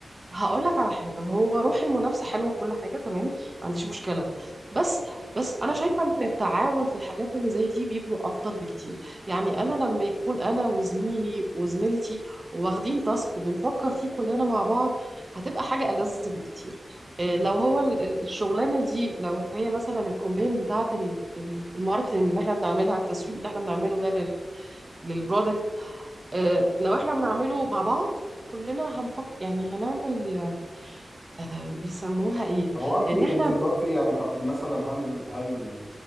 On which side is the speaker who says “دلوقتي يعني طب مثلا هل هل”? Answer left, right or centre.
Left